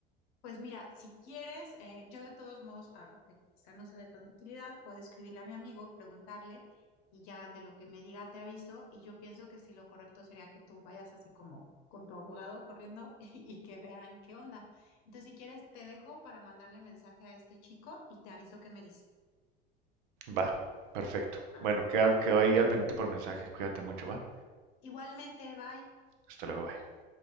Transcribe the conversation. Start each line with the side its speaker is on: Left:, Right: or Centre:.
Left: Pues mira, si quieres, eh, yo de todos modos, a- a- que quizá no sea de tanta utilidad, puedo escribirle a mi amigo, preguntarle y ya de lo que me diga te aviso y yo pienso que sí lo correcto sería que tú vayas así como con tu abogado corriendo <laughs> y, y que vean qué onda. Entonces, si quieres, te dejo para mandarle mensaje a este chico y te aviso qué me dice.
Right: Va, perfecto.
Left: Va.
Right: Bueno, queda-
Left: Bueno,
Right: quedo ahí al pendiente por mensaje. Cuídate mucho, va.
Left: igualmente, bye.
Right: Hasta luego, bye.